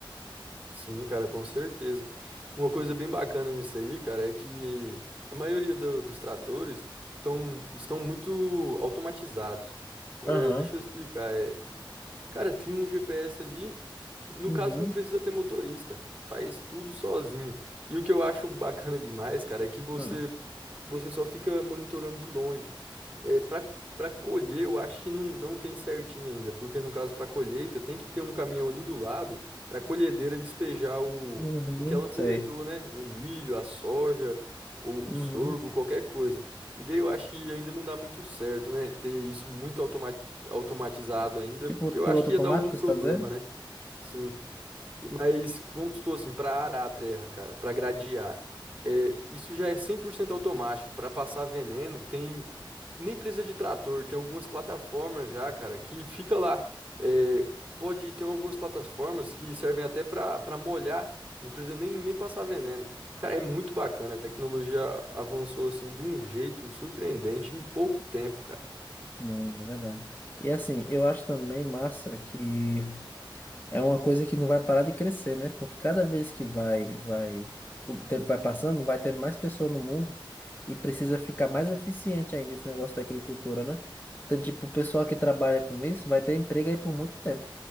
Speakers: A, on the right (about 20°); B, on the left (about 20°).
A: Sim, cara, com certeza. Uma coisa bem bacana nisso aí, cara, é que a maioria do- dos tratores tão, estão muito automatizados. É,
B: Aham.
A: deixa eu explicar. é, Cara, tem um GPS ali. No
B: Uhum.
A: caso, não precisa ter motorista. Faz tudo sozinho. E o que eu acho bacana demais, cara, é que você
B: Ah.
A: você só fica monitorando de longe. É, para para colher, eu acho que não, não tem certinho ainda, porque no caso para colheita tem que ter um caminhão ali do lado para a colhedeira despejar o,
B: Uhum.
A: o que ela coletou,
B: Sei.
A: né? O milho, a soja, o,
B: Uhum.
A: o sorgo, qualquer coisa. E daí eu acho que ainda não dá muito certo, né? Ter isso muito automati- automatizado ainda,
B: Tipo,
A: porque
B: piloto
A: eu acho que
B: automático,
A: ia dar algum problema,
B: você está dizendo?
A: né? Sim. E- Mas vamos supor assim, para arar a terra, cara, para gradear, é, isso já é 100% automático. Para passar veneno, tem nem precisa de trator, tem algumas plataformas já, cara, que fica lá. É, pode ter algumas plataformas que servem até para para molhar, não precisa nem, nem passar veneno. Cara, é muito bacana, a tecnologia avançou assim de um jeito surpreendente em pouco tempo, cara.
B: Não, é verdade. E assim, eu acho também massa que é uma coisa que não vai parar de crescer, né? Porque cada vez que vai, vai, o tempo vai passando, vai tendo mais pessoas no mundo e precisa ficar mais eficiente ainda esse negócio da agricultura, né? Então, tipo, o pessoal que trabalha com isso vai ter emprego aí por muito tempo.